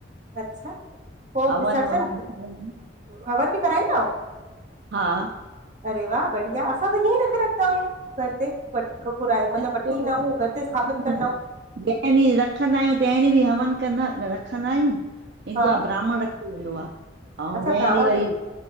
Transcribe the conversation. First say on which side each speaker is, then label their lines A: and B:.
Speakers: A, on the right (about 40°); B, on the right (about 60°).
A: अच्छा, पो
B: हवन
A: विसर्जन,
B: ववन थींदा आहिनि।
A: हवन बि कराईंदाओ?
B: हा
A: अरे वाह! बढ़िया, असां त ईएई रखे रखदायूं, घर ते घर घुराए, मतलब
B: ऐं
A: वठी
B: पोइ
A: ईंदाऊं,
B: हिते
A: पो घर ते स्थापित
B: हवन,
A: कंदाऊं।
B: जंहिं ॾींह रखंदायूं, तंहिं ॾींह बि हवन कंदा रखंदायूं, ईंदो
A: हा
B: आ ब्राह्मण र रखी वेंदो आ, अएं
A: अच्छा
B: जंहिं
A: ब्राह्मण
B: ॾींह वरी
A: कंदो